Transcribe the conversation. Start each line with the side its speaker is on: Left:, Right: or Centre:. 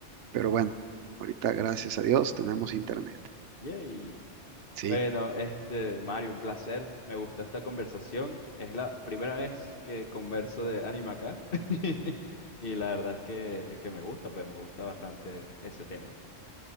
Right: Pero bueno, ahorita gracias a Dios tenemos internet.
Left: Yay.
Right: Sí,
Left: Bueno, este, Mario, un placer. Me gustó esta conversación. Es la primera vez que converso de anime acá. <laughs> Y la verdad es que, que me gusta, pues me gusta bastante ese tema.